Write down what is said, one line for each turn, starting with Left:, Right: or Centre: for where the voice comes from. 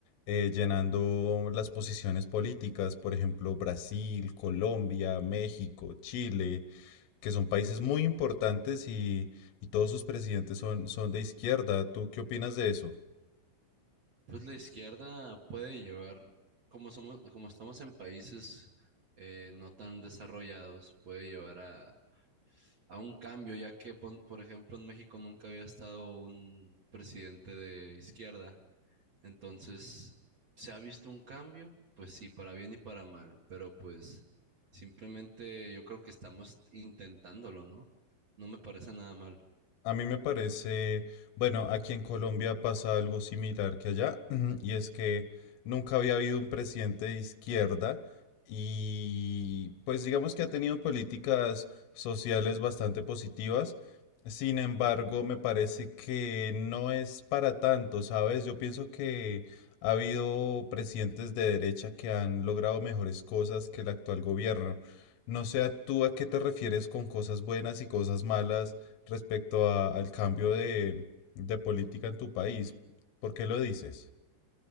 Left: eh, llenando las posiciones políticas, por ejemplo, Brasil, Colombia, México, Chile que son países muy importantes y, y todos sus presidentes son, son de izquierda. ¿Tú qué opinas de eso?
Right: Pues la izquierda puede llevar, como somos, como estamos en países eh, no tan desarrollados, puede llevar a, a un cambio, ya que, pon- por ejemplo, en México nunca había estado un presidente de izquierda. Entonces, ¿se ha visto un cambio? Pues sí, para bien y para mal, pero pues simplemente yo creo que estamos intentándolo, ¿no? No me parece nada mal.
Left: A mí me parece, bueno, aquí en Colombia pasa algo similar que allá, <clears throat> y es que nunca había habido un presidente de izquierda y pues digamos que ha tenido políticas sociales bastante positivas. Sin embargo, me parece que no es para tanto, ¿sabes? Yo pienso que ha habido presidentes de derecha que han logrado mejores cosas que el actual gobierno. No sé, ¿a ¿tú a qué te refieres con cosas buenas y cosas malas? respecto a- al cambio de, de política en tu país. ¿Por qué lo dices?